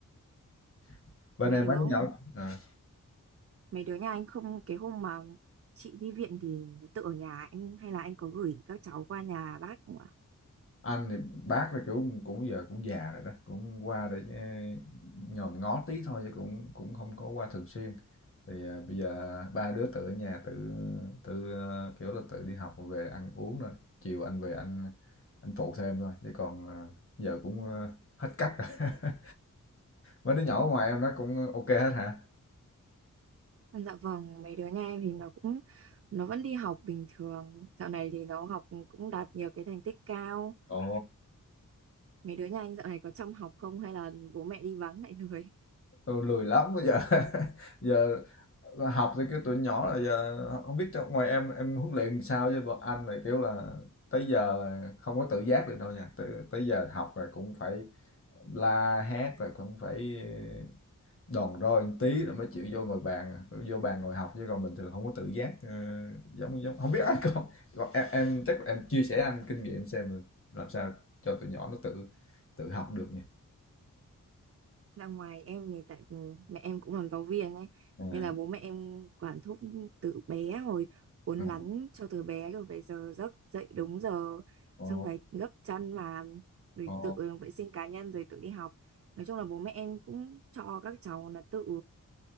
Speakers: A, on the left; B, on the right.
A: <laughs> bên
B: Mấy
A: em
B: đứa,
A: mấy đứa nhỏ à.
B: mấy đứa nhà anh không, cái hôm mà chị đi viện thì nó tự ở nhà anh hay là anh có gửi các cháu qua nhà bác không ạ?
A: anh thì bác thì cũng cũng giờ cũng già rồi đó cũng qua để ờ, nhòm ngó tí thôi chứ cũng cũng không có qua thường xuyên thì ờ, bây giờ ba đứa tự ở nhà tự tự ờ, kiểu là tự đi học rồi về ăn uống rồi chiều anh về anh anh phụ thêm thôi chứ còn ờ, giờ cũng ờ, hết cách rồi <laughs> mấy đứa nhỏ ngoài em nó cũng ok hết hả
B: Dạ vâng, mấy đứa nhà em thì nó cũng, nó vẫn đi học bình thường. Dạo này thì nó học cũng đạt nhiều cái thành tích cao
A: ồ
B: Mấy đứa nhà anh dạo này có trong học không hay là bố mẹ đi vắng lại lười?
A: Ừ, lười lắm bây giờ <laughs> giờ học thì cái tuổi nhỏ là giờ không biết trong ngoài em em huấn luyện sao chứ bọn anh này kiểu là tới giờ không có tự giác được đâu nha tới, tới giờ học là cũng phải la hét rồi cũng phải đòn roi một tí rồi mới chịu vô ngồi bàn vô bàn ngồi học chứ còn bình thường không có tự giác Ờ, giống giống không biết anh <laughs> còn, còn em, em chắc là em chia sẻ anh kinh nghiệm xem là làm sao cho tụi nhỏ nó tự tự học được nha
B: Ra ngoài em thì tại ừ, mẹ em cũng làm giáo viên ấy,
A: à,
B: nên là bố mẹ em quản thúc từ bé rồi uốn
A: ừ.
B: nắn cho từ bé rồi về giờ giấc dậy đúng giờ
A: ồ
B: xong phải gấp chăn mà rồi
A: ồ
B: tự vệ sinh cá nhân rồi tự đi học. Nói chung là bố mẹ em cũng cho các cháu nó tự